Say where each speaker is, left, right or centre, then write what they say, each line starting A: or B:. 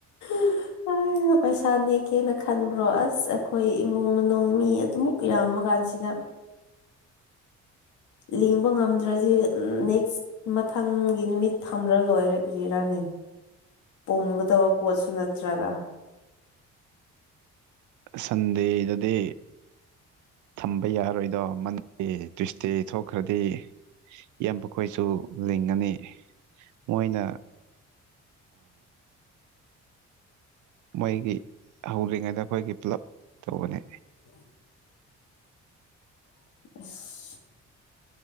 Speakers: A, on the left; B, on the right.
A: <inaudible> ꯅꯅ ꯄꯩꯁꯥ ꯅꯦꯛꯀꯦꯅ ꯈꯟꯕ꯭ꯔꯣ ꯑꯁ ꯑꯩꯈꯣꯏ ꯏꯃꯨꯡ ꯃꯅꯨꯡ ꯃꯤ ꯑꯗꯨꯃ ꯌꯥꯝꯃ ꯀꯥꯟꯁꯤꯗ ꯂꯤꯡꯕ ꯉꯝꯗ꯭ꯔꯗꯤ ꯅꯦꯛꯁ ꯃꯊꯪꯒꯤ ꯅꯨꯃꯤꯠ ꯊꯝꯂ ꯂꯣꯏꯔꯦ ꯒꯔꯤꯔꯥꯅꯤ ꯄꯨꯝꯒꯗꯕ ꯄꯣꯠꯁꯨ ꯅꯠꯇ꯭ꯔꯒ
B: ꯁꯟꯗꯦꯗꯗꯤ ꯊꯝꯕ ꯌꯥꯔꯣꯏꯗꯣ ꯃꯟꯗꯦ ꯇ꯭ꯨꯁꯗꯦ ꯊꯣꯛꯈ꯭ꯔꯗꯤ ꯏꯦꯝꯕꯈꯣꯏꯁꯨ ꯂꯤꯡꯉꯅꯤ ꯃꯣꯏꯅ ꯃꯣꯏꯒꯤ ꯍꯧꯔꯤꯉꯩꯗ ꯑꯩꯈꯣꯏꯒꯤ ꯄꯨꯂꯞ ꯇꯧꯕꯅꯦ
A: <inaudible> ꯎ <inaudible>